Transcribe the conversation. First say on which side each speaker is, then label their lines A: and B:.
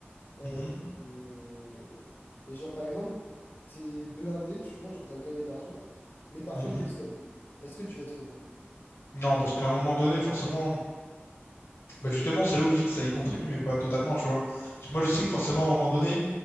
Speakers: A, on the left; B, on the left.
A: euh,
B: Mhm,
A: hum, et genre, par exemple, t'es blindé, tu vois, genre, t'as gavé d'argent, mais par
B: mhm.
A: contre, t'es seul. Est-ce que tu vas être heureux?
B: Non, parce qu'à un moment donné, forcément, bah, justement, c'est là où je dis que ça y contribue, mais pas totalement, tu vois. Parce que moi, je sais que forcément, à un moment donné,